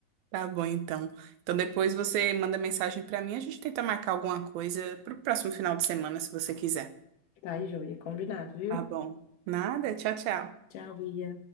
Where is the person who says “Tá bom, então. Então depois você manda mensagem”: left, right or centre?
Right